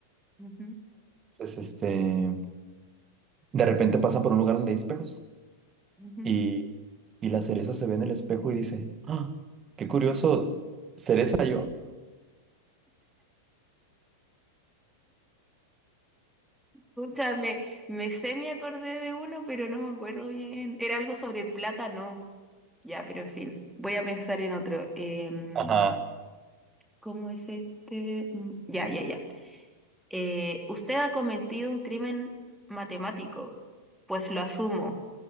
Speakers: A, in the centre; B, on the right.
A: Ujú,
B: Entonces, este, de repente pasan por un lugar donde hay espejos
A: ujú.
B: y, y la cereza se ve en el espejo y dice, ¡Ah! ¡Qué curioso! ¿Cereza yo?
A: Pucha, me, me sé, me acordé de uno, pero no me acuerdo bien. Era algo sobre el plátano. Ya, pero en fin, voy a pensar en otro. Em,
B: Ajá.
A: ¿cómo es este? Mm, Ya, ya, ya. Eh, usted ha cometido un crimen matemático. Pues lo asumo.